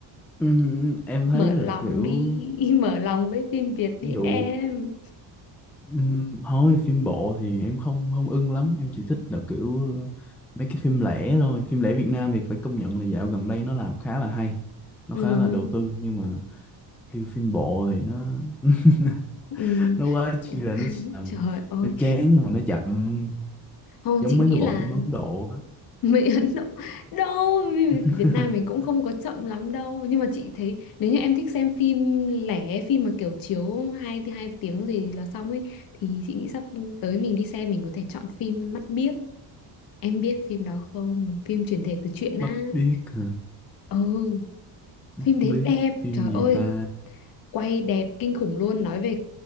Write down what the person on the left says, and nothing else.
mở
lòng
đi <laughs> mở lòng với phim Việt đi
em
ừ.
Ừ.
<laughs>
trời ơi
không
chị
nghĩ là
<laughs> Mỹ Ấn Độ đâu vì
Việt Nam mình cũng không có chậm lắm đâu nhưng mà chị thấy nếu như em thích xem phim lẻ phim mà kiểu chiếu hai hai tiếng gì là xong ấy thì chị nghĩ sắp tới mình đi xem mình có thể chọn phim Mắt Biếc em biết phim đó không phim chuyển thể từ truyện á
ừ
phim đấy
đẹp
trời
ơi
quay đẹp kinh khủng luôn nói về